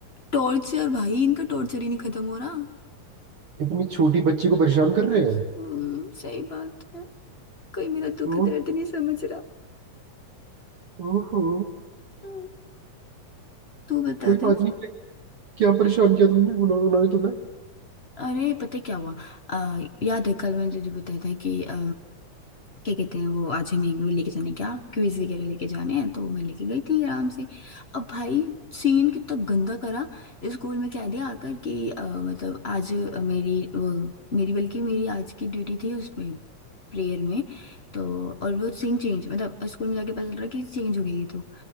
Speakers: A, on the left; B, on the right.
A: टॉर्चर भाई इनका टॉर्चर ही नहीं खत्म हो रहा
B: इतनी छोटी बच्ची को परेशान कर रहे हैं
A: हम्म, सही बात है कोई मेरा दुख
B: ओ,
A: दर्द नहीं समझ रहा
B: ओहो
A: हम्म, तू बता
B: कोई बात
A: दे।
B: नहीं क्या क्या परेशान किया तुमने उन्हों- उन्होंने तुम्हें
A: अरे पता है क्या हुआ आ, याद है कल मैंने तुझे बताया था कि अ, क्या कहते हैं वो आज हमें वो लेके जाने क्या क्विज वगैरह लेके जाने हैं तो मैं लेके गई थी आराम से अब भाई सीन कितना गंदा करा स्कूल में कह दिया आकर कि अ, मतलब आज मेरी वो मेरी बल्कि मेरी आज की ड्यूटी थी उसमें प्रेयर में तो और वो सीन चेंज मतलब स्कूल में जाके पता चल रहा कि चेंज हो गई थी तो